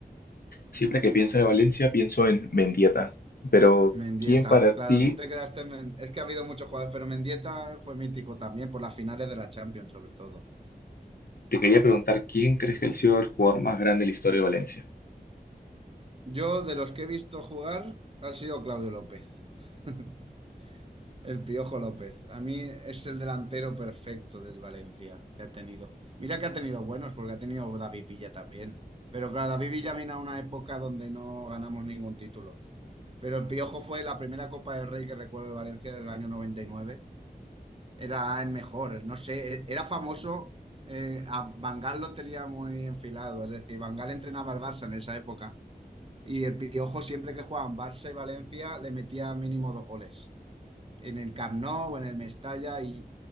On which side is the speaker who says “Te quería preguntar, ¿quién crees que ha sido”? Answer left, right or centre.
Left